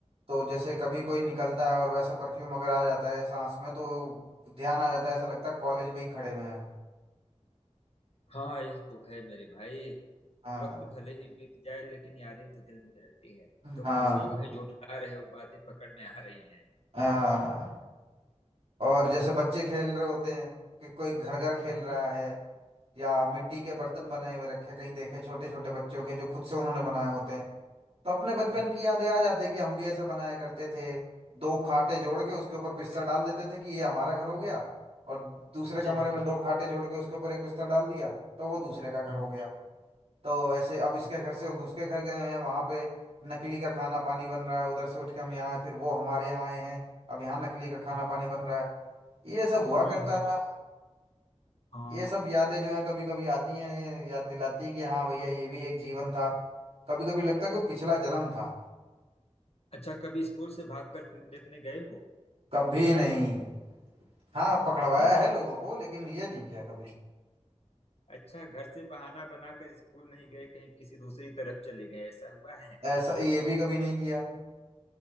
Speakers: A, on the right; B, on the left.
A: तो जैसे कभी कोई निकलता है और वैसा परफ्यूम अगर आ जाता है सांस में तो ध्यान आ जाता है ऐसा लगता है कॉलेज में ही खड़े हुए हैं
B: हाँ यह तो है मेरे भाई
A: हाँ
B: वक्त भले ही बीत जाए लेकिन यादें तो दिल में रहती है तुम
A: हाँ
B: वो यूं ही झूठला रहे हो बातें पकड़ में आ रही हैं
A: हाँ और जैसे बच्चे खेल रहे होते हैं कि कोई घर घर खेल
B: हम्म
A: रहा है या मिट्टी के बर्तन बनाए हुए रखे कहीं देखे छोटे छोटे बच्चों के जो खुद से उन्होंने
B: हाँ
A: बनाए होते हैं तो अपने बचपन
B: हम्म,
A: की यादें आ जाती है कि हम भी ऐसे बनाया करते थे दो खाटे जोड़ के उसके ऊपर बिस्तर डाल देते थे कि ये हमारा घर हो गया और दूसरे कमरे
B: जी हाँ
A: में दो खाटे जोड़ के उसके ऊपर एक बिस्तर डाल दिया तो वो दूसरे का घर
B: हम्म
A: हो गया तो ऐसे अब
B: हाँ
A: इसके घर से उसके घर गए हैं वहाँ पे नकली का खाना पानी बन रहा है उधर से उठ के हम यहाँ आए फिर वो हमारे यहाँ आए हैं अब यहाँ नकली का खाना
B: हम्म
A: पानी बन रहा है ये सब हुआ
B: हम्म,
A: करता
B: हम्म,
A: था
B: हाँ
A: ये सब यादें जो हैं कभी कभी आती हैं ये याद दिलाती है कि हाँ भैया ये भी एक जीवन था कभी कभी लगता है कि पिछला जन्म था
B: अच्छा कभी स्कूल से भागकर फिल्म देखने गए हो
A: कभी नहीं हाँ पकड़वाया
B: कभी नहीं
A: है
B: गए
A: लोगों को लेकिन ये नहीं किया कभी
B: अच्छा घर से बहाना बनाकर स्कूल नहीं गए कहीं किसी दूसरी तरफ चले गए ऐसा हुआ है
A: ऐसा ये भी कभी नहीं किया